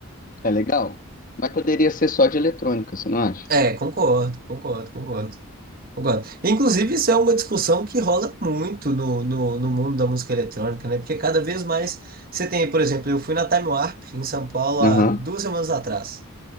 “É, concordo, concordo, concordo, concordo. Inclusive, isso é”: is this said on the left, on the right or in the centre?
Right